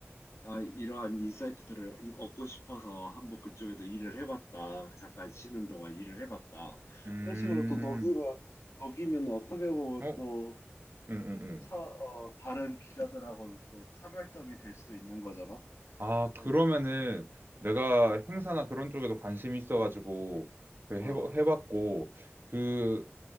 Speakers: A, on the left (about 85°); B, on the right (about 50°).
A: 아, 이러한 인사이트들을 이- 얻고 싶어서 한번 그쪽에도 일을 해봤다. 잠깐 쉬는 동안 일을 해봤다.
B: 음,
A: 그런 식으로 또 녹이면 녹이면 어떻게 보면
B: 어,
A: 또
B: 음, 음, 음.
A: 차, 어, 다른 기자들하고는 또 차별점이 될 수도 있는 거잖아.
B: 아, 그러면은
A: 예.
B: 내가 행사나 그런 쪽에도 관심이 있어가지고 그
A: 어.
B: 해봐, 해봤고 그